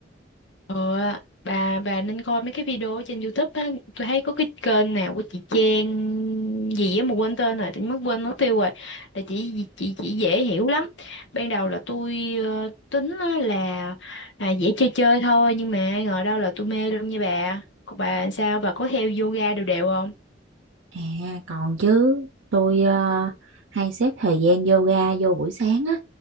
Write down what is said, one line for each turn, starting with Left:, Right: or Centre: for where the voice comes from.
Left: Ờ, bà bà nên coi mấy cái video trên YouTube á, tôi thấy có cái kênh nào của chị Trang gì á mà quên tên rồi, tự nhiên mất quên mất tiêu rồi. Là chị chị chị dễ hiểu lắm. Ban đầu là tôi ờ, tính á là à, dễ chơi chơi thôi nhưng mà ai ngờ đâu là tôi mê luôn nha bà. Còn bà sao bà có theo yoga đều đều không?
Right: À còn chứ tôi ờ, hay xếp thời gian yoga vô buổi sáng á